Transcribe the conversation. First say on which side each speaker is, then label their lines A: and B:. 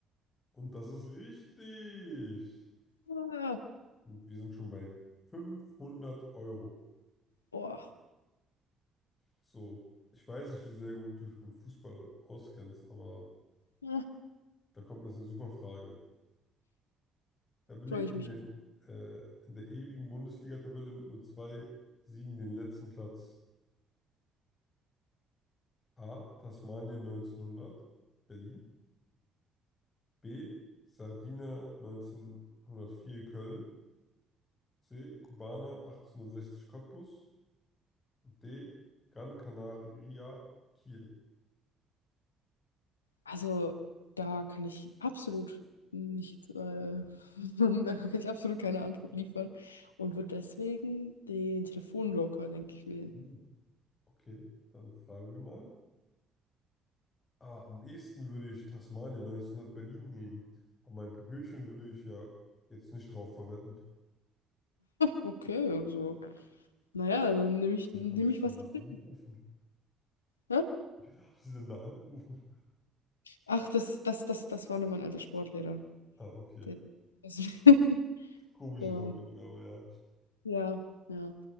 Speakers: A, on the left; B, on the left.
A: Und das ist richtig.
B: Ah,
A: Und wir sind schon bei 500 Euro.
B: boah.
A: So, ich weiß nicht, wie sehr gut du dich mit Fußball auskennst, aber
B: Ja,
A: da kommt mir jetzt eine super Frage. Er belegt
B: freue ich
A: in,
B: mich.
A: den, äh, in der ewigen Bundesliga-Tabelle mit nur zwei Siegen den letzten Platz. A. Tasmanien neunzehnhundert, Berlin. B. Sardinia neunzehnhundertvier Köln. C. Kubaner achtzehnhundertsechzig Cottbus. D. Gran Canaria, Kiel.
B: Also, da kann ich absolut nicht, äh, <laughs> da kann ich absolut keine Antwort liefern und würde deswegen den Telefonjoker, denke ich, wählen.
A: Uh, Okay, dann fragen wir mal. Ah, am ehesten würde ich Tasmanien neunzehnhundert Berlin nehmen. Aber mein Popöchen würde ich ja jetzt nicht drauf verwetten.
B: Okay, also, naja, dann nehme ich,
A: Wen
B: nehm
A: haben sie
B: ich
A: denn
B: was. ich
A: da angerufen?
B: kriege. Hä?
A: <laughs> Wen haben sie denn da angerufen?
B: Ach, das, das, das, das war nur mein alter Sportlehrer.
A: Ah, okay.
B: Der, also, <laughs>
A: Komische
B: der war,
A: Verbindung, aber ja.
B: ja, ja.